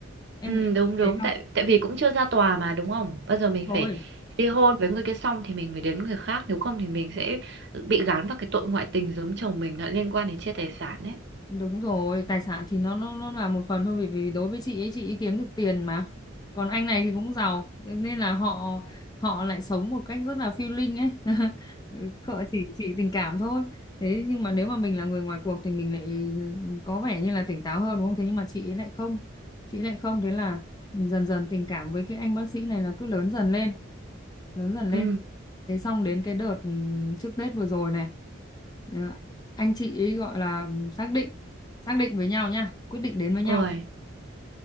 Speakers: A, on the left; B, on the right.
A: em
B: Ừ,
A: em
B: đúng
A: có nghĩ
B: đúng
A: thế không
B: tại tại vì cũng chưa ra tòa mà đúng không? Bây giờ mình
A: thôi
B: phải ly hôn với người kia xong thì mình mới đến người khác, nếu không thì mình sẽ bị gán vào cái tội ngoại tình giống chồng mình lại liên quan đến chia tài sản ấy.
A: Đúng rồi, tài sản thì nó nó nó là một phần thôi vì vì đối với chị ấy chị ấy kiếm được tiền mà. Còn anh này thì cũng giàu nên là họ họ lại sống một cách rất là phiêu linh ấy. <laughs> Họ chỉ chỉ tình cảm thôi. Thế nhưng mà nếu mà mình là người ngoài cuộc thì mình lại có vẻ như là tỉnh táo hơn đúng không? Thế nhưng mà chị ấy lại không. Chị ấy lại không thế là dần dần tình cảm với cái anh bác sĩ này là cứ lớn dần lên, lớn dần lên.
B: Ừ.
A: Thế xong đến cái đợt ừm, trước Tết vừa rồi này. Đó. Anh chị ấy gọi là xác định xác định với nhau nha quyết định đến với nhau
B: Ôi.